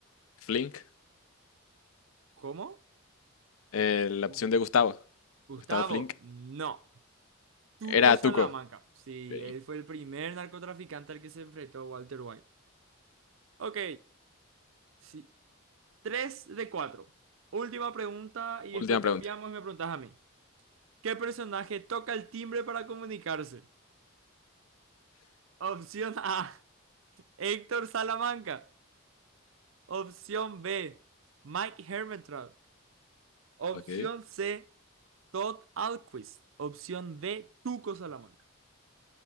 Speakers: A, on the left; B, on the right.
A: Flink,
B: ¿Cómo?
A: eh, la
B: Uh,
A: opción de Gustavo.
B: Gustavo,
A: Gustavo Flink.
B: no. Tuco
A: Era
B: Salamanca.
A: Tuco.
B: Sí,
A: Ok,
B: él fue el primer narcotraficante al que se enfrentó Walter White. Ok, sí. tres de cuatro Última pregunta y
A: Última
B: después
A: pregunta.
B: cambiamos y me preguntas a mí. ¿Qué personaje toca el timbre para comunicarse? Opción A, Héctor Salamanca. Opción B, Mike Hermetrout. Opción
A: Ok.
B: C, Todd Alquist. Opción D, Tuco Salamanca.